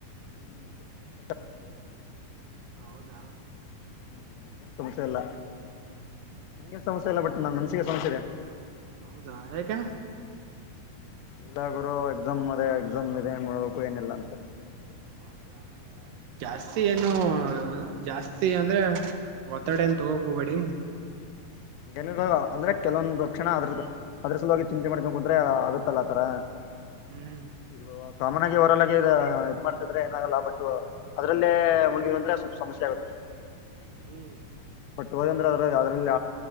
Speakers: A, on the left (about 80°); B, on the right (about 75°).
A: ಹ್ಮ್ ಸ
B: ಹ್ಮ್ ಹೌದಾ
A: ಹ್ಮ್ ನನ್ಗನ್ ಸಮಸ್ಯೆ ಇಲ್ಲ
B: ಹ್ಮ್ ಹ್ಮ್
A: ನನ್ಗೇನ್ ಸಮಸ್ಯೆ ಇಲ್ಲ ಬಟ್ ನನ್ ಮನ್ಸಿಗೆ ಸಮಸ್ಯೆ ಇದೆ
B: ಹೌದಾ ಯಾಕೆ
A: ಎಲ್ಲ ಗುರು ಎಕ್ಸಾಮ್ ಅದ ಎಕ್ಸಾಮ್ ಮ ಏನ್ ಮಾಡ್ಬೇಕು ಏನಿಲ್ಲ ಅಂತ
B: ಹೌದಾ ಜಾಸ್ತಿ ಏನು ಜಾಸ್ತಿ ಅಂದ್ರೆ ಒತ್ತಡೆ ಎಂತು ಹೋಗಕ್ ಹಬೇಡಿ
A: ನ ಅಂದ್ರೆ ಕೆಲವೊಂದು್ ಕ್ಷಣ ಅದ್ರ ಅದರ್ಸದೋಗ ಚಿಂತೆ ಮಾಡ್ಕೊಂಡ ಕುಂದ್ರೆ ಆಗತ್ತಲ್ಲ ಆತರ
B: ಹ್ಮ್
A: ಈಗ ಕಾಮನ್ ಆಗಿ ಅವರಲ್ಲಾಗಿ ಇದ್ ಮಾಡ್ತಿದ್ರೆ ಏನಾಗಲ್ಲ ಬಟ್ ಅದ್ರಲ್ಲೇ ಮುಣುಗಿದ್ ಅಂದ್ರೆ ಸ್ವಲ್ಪ ಸಮಸ್ಯೆ ಆಗುತ್ತೆ
B: ಹ್ಮ್
A: ಬಟ್ಟ ಹೋದಂದ್ರೆದ್ರಲ್ಲಿ